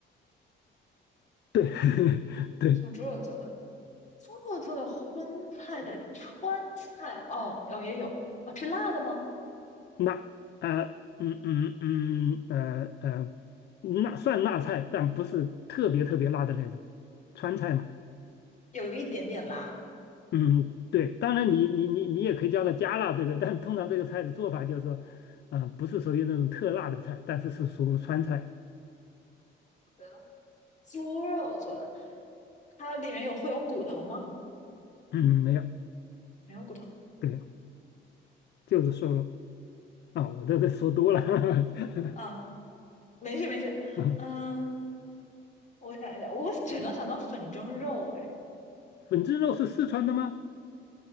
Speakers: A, on the left (about 60°); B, on the left (about 35°).
A: 对 <laughs> 对，
B: 是用猪肉做的，猪肉做的荤菜的川菜，哦，哦也有，哦是辣的吗？
A: 辣，呃嗯嗯嗯呃呃，那算辣菜，但不是特别特别辣的那种，川菜嘛。
B: 有一点点辣。
A: 嗯，对，当然你你你你也可以叫它加辣，对不对？但通常这个菜的做法就是说，啊、不是属于那种特辣的菜，但是是属于川菜。
B: 对了，猪肉做的，它里面有会有骨头吗？
A: 嗯，没有，
B: 没有骨头。
A: 对，就是瘦肉啊，我这这说多了。<laughs>
B: 嗯，没事没事。
A: 啊，
B: 嗯，我想一下，我只能想到粉蒸肉，哎，
A: 粉蒸肉是四川的吗？